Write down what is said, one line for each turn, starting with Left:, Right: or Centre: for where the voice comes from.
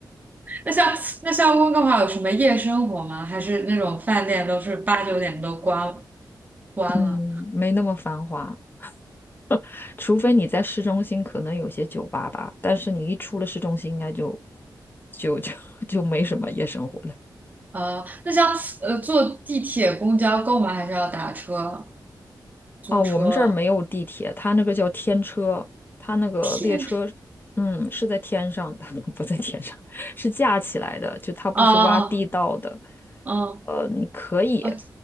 Right: 那像那像温哥华有什么夜生活吗？还是那种饭店都是八九点都关，关了。
Left: 嗯，没那么繁华。<laughs> 除非你在市中心可能有些酒吧吧，但是你一出了市中心，应该就就就 <laughs> 就没什么夜生活了。
Right: 啊，那像呃坐地铁、公交购买还是要打车、租车？
Left: 哦，我们这儿没有地铁，它那个叫天车，它那个列车，
Right: 天车
Left: 嗯，是在天上的，<laughs> 不在天上，是架起来的，就它不是挖地道的。
Right: 啊啊啊！
Left: 呃，你可以
Right: 啊！